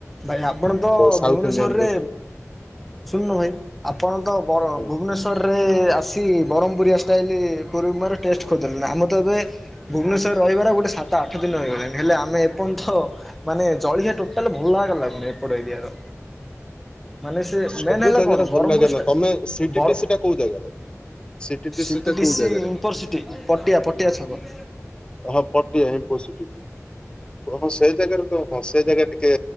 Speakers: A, in the centre; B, on the left.
A: ଭାଇ ଆପଣତ
B: ସାଉଥ
A: ଭୁବନେଶ୍ୱରରେ,
B: ଇଣ୍ଡିଆନ ରେଷ୍ଟ
A: ଶୁଣୁନ ଭାଇ। ଆପଣ ତ ବ
B: ହୁଁ
A: ଭୁବନେଶ୍ଵରରେ ଆସି ବ୍ରହ୍ମପୁରିଆ ଷ୍ଟାଇଲ ପୁରୁମ୍ବା ର ଟେଷ୍ଟ କରିଦେଲେ ନା ଆମ ତ ଏବେ ଭୁବନେଶ୍ୱର ରହିବାର ଗୋଟେ ସାତ ଆଠ ଦିନ ରହିଗଲାଣି ହେଲେ ଆମେ ଏପଯ୍ୟନ୍ତ ମାନେ ଜଳିଆ ଟୋଟାଲ <unintelligible> ଏପଟ ଏରିଆର। ମାନେ ସେ
B: ସବୁ
A: ମେନ୍ ହେଲା
B: ଜାଗାରେ
A: କଣ ବ୍ରହ୍ମପୁର
B: ଭଲ ଲାଗେ
A: ସ୍ଟା
B: ନା ତମେ ସିଟିଟି
A: ବରମ୍
B: ସେଟା କୋଉ ଜାଗାରେ ସିଟିଟି
A: ସିଦିକିସି
B: ସେଟା କୋଉ ଜାଗାରେ
A: ଇନଫରସିଟି ପଟିଆ ପଟିଆ ଛକ
B: ହଁ ପଟିଆ ଇନଫୋସିଟି। ହଁ ସେ ଜାଗାରେ ତ ହଁ ସେ ଜାଗା ଟିକେ